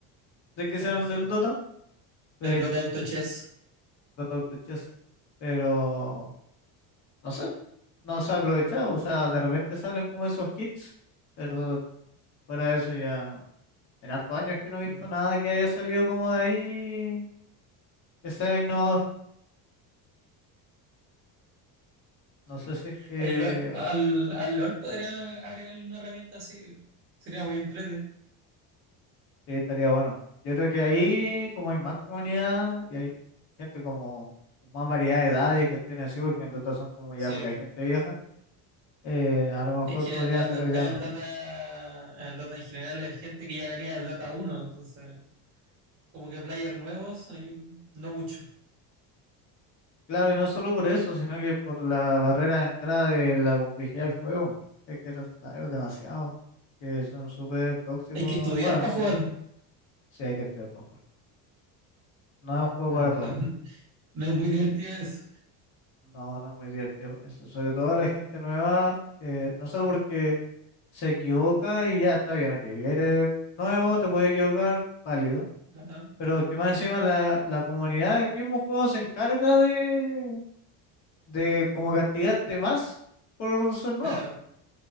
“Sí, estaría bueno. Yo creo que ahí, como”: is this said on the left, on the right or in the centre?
Left